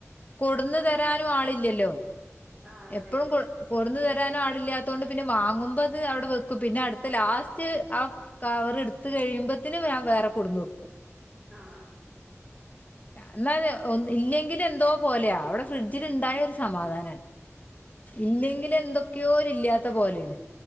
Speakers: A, on the left; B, in the centre.
A: കൊടുന്ന് തരാനും ആളില്ലല്ലോ.
B: ആഹ് അതെ
A: എപ്പോഴും
B: അതെ
A: കൊടു കൊടുന്ന ത കൊണ്ട് തരാനും ആളില്ലാത്തോണ്ട് പിന്നെ വാങ്ങുമ്പോ അത് അവിടെ വെക്കും, പിന്നെ അടുത്ത ലാസ്റ്റ് ആ കവർ എടുത്ത് കഴിയുമ്പോത്തിന് ഞാൻ വേറെ കൊടുന്ന് വെക്കും.
B: ആ, ആ
A: എന്നാല് ഇല്ലെങ്കിലിൽ എന്തോ പോലെയ അവിടെ ഫ്രിഡ്ജിൽ ഉണ്ടായ ഒരു സമാധാനാണ് ഇല്ലെങ്കിൽ എന്തൊക്കെയോ ഇല്ലാത്ത പോലെയാണ്